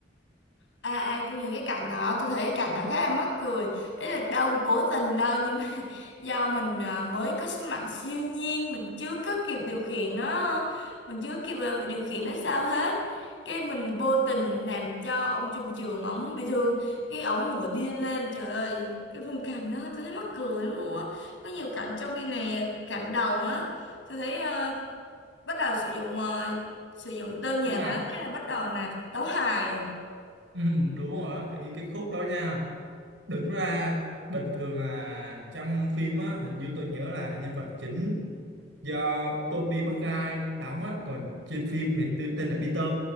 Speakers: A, on the left; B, on the right.
A: À, à, tôi nhìn cái cảnh đó tôi thấy cái cảnh đó khá là mắc cười ấy là đâu có cố tình đâu nhưng mà <laughs> do mình à, mới có sức mạnh siêu nhiên mình chưa có kịp điều khiển nó mình chưa kịp à, điều khiển nó sao hết cái mình vô tình làm cho ông trùng trường ổng bị thương cái ổng nổi điên lên trời ơi cái khung cảnh đó tôi thấy mắc cười lắm luôn á có nhiều cảnh trong phim này cảnh đầu á tôi thấy ờ, bắt đầu sử dụng ờ, sử dụng tên nhà
B: các bạn
A: nó thế là bắt đầu là tấu hài rồi
B: Ừ, đúng rồi á, cái- những cái khúc đó nha đứng ra bình thường là trong phim á hình như tôi nhớ là nhân vật chính do Tobey Maguire đóng á còn trên phim thì tư- tên là Peter